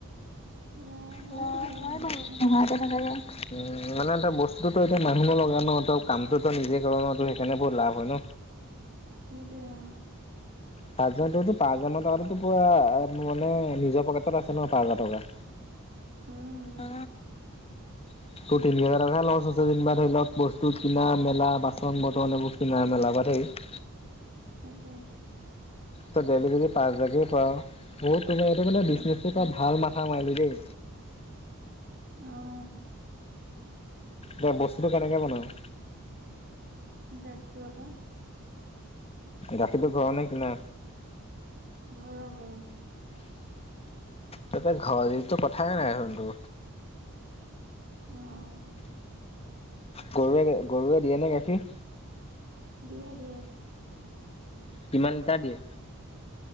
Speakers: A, on the right; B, on the left.
A: লাভ
B: নহয়
A: হয় বাৰু
B: <unintelligible>
A: নহাকে নাথাকে
B: তে থাকে। উম্ মানে এটা বস্তুতো এতিয়া মানুহ নোলোগা ন ত' কামটো নিজে কৰা ন, তু সেকাৰণে বহুত লাভ হয় ন!
A: <inaudible> অ
B: সাতজানততু পাঁচহাজা মান থকা হেতেন তু পুৰা মোৰ মানে নিজৰ পকেটতে পাছে ন' পাঁচ হাজাৰ টকা।
A: উম্
B: অ অ তোৰ তিনি হেজাৰ টকাহে ল‌ও চাছো জিনিবা ধৰি লওক বস্তু কিনা, মেলা, বাচন-বৰ্তন এইবোৰ কিনা-মেলাৰ পৰা ধয়ি।
A: তাকে।
B: তই ডেইলী যদি পাঁচ হাজাৰকে পাওঁ, বহুত তোমাৰ এইটো মানে
A: উম
B: বিজনেছটো এটা ভাল মাথা মাৰিলি দেই।
A: অ্'
B: ব-বস্তুটো কেনেকে বনাওঁ?
A: গাখীৰৰ পৰা
B: গাখীৰটো ঘৰৰ নে কিনা?
A: ঘ'ৰ হয়।
B: তাকে ঘৰৰ যদিটো কথাই নাই চোন তো।
A: অ
B: গৰুৱে, গৰুৱে দিয়ে নে গাখীৰ?
A: দিয়ে, দিয়ে।
B: কিমান লিটাৰ দিয়ে?